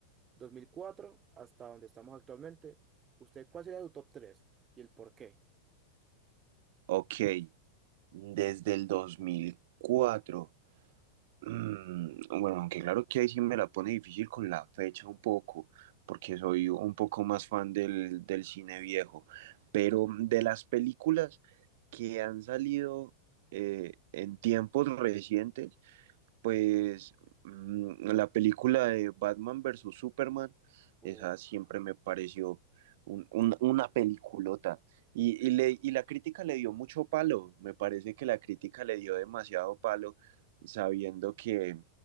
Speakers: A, on the right; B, on the right.
A: dos mil cuatro hasta donde estamos actualmente, ¿usted cuál sería su top 3 y el por qué?
B: Ok, desde el 2004. Mm, bueno, aunque claro que ahí sí me la pone difícil con la fecha un poco, porque soy un poco más fan del, del cine viejo, pero de las películas que han salido eh, en tiempos recientes, pues mm, la película de Batman versus Superman,
A: Uf,
B: esa siempre me pareció un- un- una peliculota. Y,
A: es-
B: y le- y la crítica le dio mucho palo, me parece que la crítica le dio demasiado palo, sabiendo que,